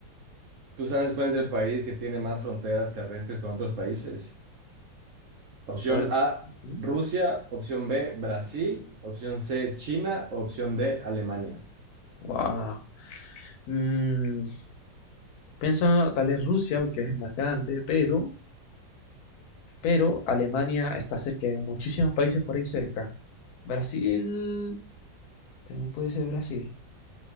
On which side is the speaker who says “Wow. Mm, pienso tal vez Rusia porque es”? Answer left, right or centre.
Left